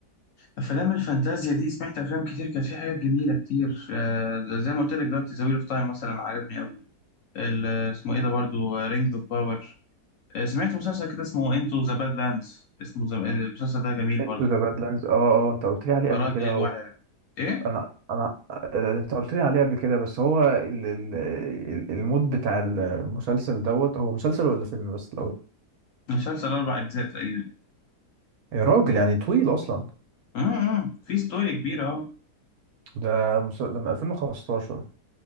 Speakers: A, on the left; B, on the right.
A: افلام الفانتازيا دي سمعت افلام كتير كانت في حاجات جميله كتير آه، زي ما قلت لك دلوقتي ذا ويل اوف تايم مثلا عجبني قوي ال- اسمه ايه ده برضو رينجز اوف باور سمعت مسلسل كده اسمه انتو ذا باد لاندز اسمه زم... المسلسل ده جميل
B: انتو
A: برضو
B: ذا بادلاندز اه اه انت قلت لي عليه
A: اراضي
B: قبل كده
A: الوعره
B: هو
A: ايه
B: انا انا آه، انت قلت لي عليه قبل كده بس هو ال... ال... ال- المود بتاع المسلسل دوت هو مسلسل ولا فيلم بس الاول
A: مسلسل اربع اجزاء تقريبا
B: يا راجل يعني طويل اصلا
A: امم أمم. في ستوري كبيره اه
B: ده مسلسل ده من 2015